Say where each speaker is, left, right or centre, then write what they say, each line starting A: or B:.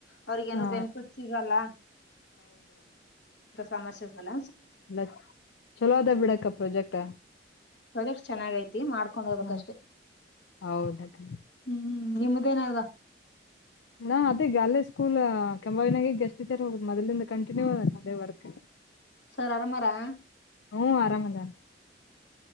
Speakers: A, on the left (about 70°); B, on the left (about 85°).
A: ಅವ್ರಗ ಏನು
B: ಹಾ
A: ಬೆನಿಫಿಟ್ ಸಿಗಲ್ಲ ಸಮಸ್ಯೆಸ್ ಅಲ್ಲ
B: ಇಲ್ಲ ಚಲೋ ಅದ ಬಿಡಕ್ಕ ಪ್ರೊಜೆಕ್ಟ್
A: ಪ್ರಾಜೆಕ್ಟ್ ಚೆನ್ನಾಗೈತಿ ಮಾಡ್ಕೊಂಡು ಹೋಗ್ಬೇಕಷ್ಟೆ
B: ಹ ಹೌದಕ್ಕ
A: ಹ್ಮ್ ನಿಮ್ದೇನದ
B: ನಾ ಅದೇಗ ಅಲ್ಲೇ ಸ್ಕೂಲ್ ಕೆಗಸ್ಟ್ ಟೀಚರ್ ಹೋಗ್ ಮೊದಲಿಂದ ಕಂಟಿನ್ಯೂ ಅದೇ ವರ್ಕ್
A: ಸರ್ ಆರಾಮಾರಾ
B: ಹ್ಮ್ ಆರಾಮದರ